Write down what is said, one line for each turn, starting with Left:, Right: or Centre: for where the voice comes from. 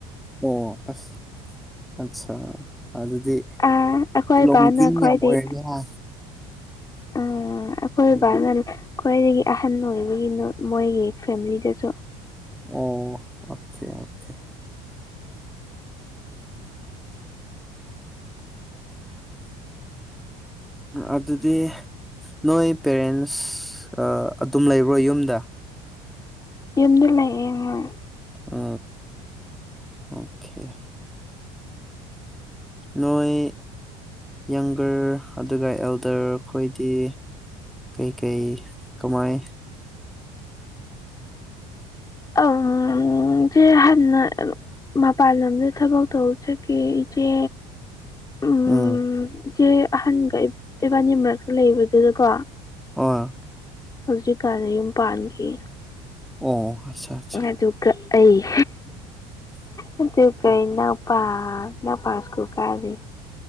Centre: ꯑꯣ ꯑꯁ ꯑꯆꯥꯥ ꯑꯗꯨꯗꯤ
Left: ꯑꯥ ꯑꯩꯈꯣꯏ
Centre: ꯂꯣꯡꯗꯤꯡ
Left: ꯕꯥꯅ ꯈ꯭ꯋꯥꯏꯗꯒꯤ
Centre: ꯌꯥꯝ ꯑꯣꯏꯔꯅꯤ ꯍꯥ
Left: ꯑꯥ ꯑꯩꯈꯣꯏ
Centre: ꯎꯝ
Left: ꯕꯥꯅ ꯈ꯭ꯋꯥꯏꯗꯒꯤ ꯑꯍꯟ ꯑꯣꯏꯕꯒꯤ ꯃꯣꯏꯒꯤ ꯐꯦꯃꯤꯂꯤꯗꯁꯨ
Centre: ꯑꯣ ꯑꯣꯀꯦ ꯑꯣꯀꯦ ꯑꯗꯨꯗꯤ ꯅꯣꯏ ꯄꯦꯔꯦꯟꯁ ꯑꯗꯨꯝ ꯂꯩꯕ꯭ꯔꯣ ꯌꯨꯝꯗ
Left: ꯌꯨꯝꯗ ꯂꯩꯥꯛꯑꯦ ꯍꯣꯏ
Centre: ꯎ ꯑꯣꯀꯦ ꯅꯣꯏ ꯌꯪꯒꯔ ꯑꯗꯨꯒ ꯑꯦꯜꯗꯔ ꯈꯈꯣꯏꯗꯤ ꯀꯩꯀꯩ ꯀꯃꯥꯏ
Left: ꯑꯝ ꯍꯅ ꯃꯄꯥꯟ ꯂꯝꯗ ꯊꯕꯛ ꯇꯧꯕꯥ ꯆꯠꯈꯤ ꯏꯆꯦ ꯎꯝ
Centre: ꯎꯝ
Left: ꯏꯆꯦ ꯑꯍꯟꯒ ꯏꯕꯥꯅꯤ ꯃꯔꯛꯇ ꯂꯩꯕꯗꯨꯗꯀꯣ
Centre: ꯑꯣ
Left: ꯍꯧꯖꯤꯛꯀꯥꯟꯗ ꯌꯨꯝ ꯄꯥꯟꯈꯤ
Centre: ꯑꯣ ꯑꯠꯆꯥ ꯑꯠꯆꯥ
Left: ꯑꯗꯨꯒ ꯑꯩ ꯑꯗꯨꯒ ꯅꯨꯄꯥ ꯏꯅꯥꯎꯄꯥ ꯁ꯭ꯀꯨꯜ ꯀꯥꯗ꯭ꯔꯤ꯫